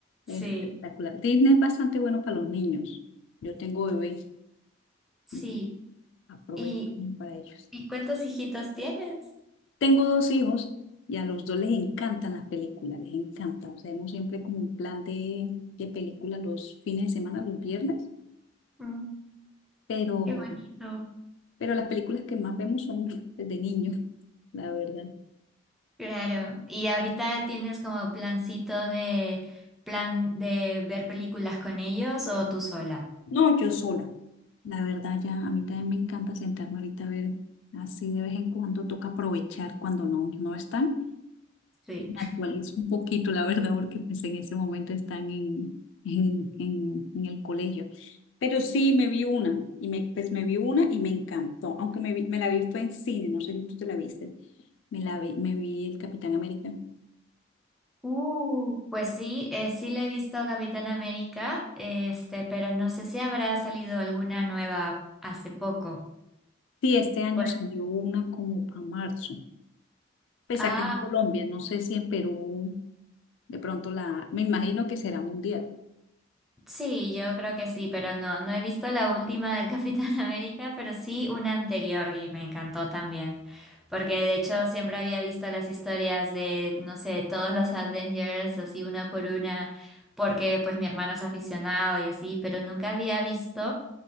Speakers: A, in the centre; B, on the left.
A: sí,
B: espectacular. Disney es bastante bueno para los niños. Yo tengo bebé
A: sí.
B: y aprovecho
A: ¿Y,
B: para ellos.
A: y cuántos hijitos tienes?
B: Tengo dos hijos y a los dos les encantan las películas, les encanta. O sea, hemos siempre como un plan de, de película los fines de semana, los viernes,
A: Mm,
B: pero,
A: qué bonito.
B: pero las películas que más vemos son <laughs> pues, de niños, la verdad.
A: Claro, y ahorita tienes como plancito de plan de ver películas con ellos o tú sola.
B: No, yo sola. La verdad, ya a mí también me encanta sentarme ahorita a ver, así de vez en cuando toca aprovechar cuando no, no están.
A: Sí.
B: Y me actualizo un poquito, la verdad, porque pues en ese momento están en, en, en, en el colegio. Pero sí, me vi una, y me, pues me vi una y me encantó, aunque me, vi- me la vi fue en cine, no sé si tú te la viste, me la vi, me vi el Capitán América.
A: Uh, Pues sí, eh, sí le he visto a Capitán América, este, pero no sé si habrá salido alguna nueva hace poco.
B: Sí, este año
A: Pues,
B: salió una como para marzo, pues
A: ah,
B: acá en Colombia, no sé si en Perú, de pronto la, me imagino que será mundial.
A: Sí, yo creo que sí, pero no, no he visto la última del Capitán <laughs> América, pero sí una anterior y me encantó también, porque de hecho siempre había visto las historias de, no sé, todos los Avengers, así una por una, porque pues mi hermano es aficionado y así, pero nunca había visto